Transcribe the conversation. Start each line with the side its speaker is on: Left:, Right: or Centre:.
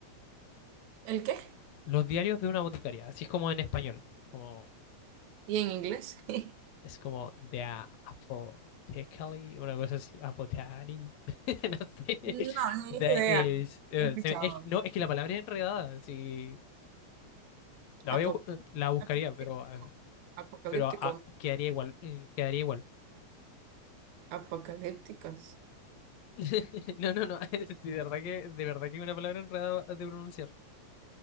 Right: ¿El qué?
Left: Los diarios de una boticaria, así es como en español. como
Right: ¿Y en inglés? <laughs>
Left: Es como de a- apothecary, una cosa así, apothecary. <laughs> No sé.
Right: No, ni
Left: De-
Right: idea.
Left: es- eh,
Right: He escuchado.
Left: se- es- no, es que la palabra es enredada. Sí, la voy
Right: Apo-
Left: a bu- la buscaría,
Right: Apocalíptico.
Left: pero, eh,
Right: Apocalíptico
Left: pero ah, quedaría igual. mm, Quedaría igual.
Right: Apocalípticas.
Left: <laughs> No, no, no. <laughs> De verdad que, de verdad que es una palabra enredada de pronunciar.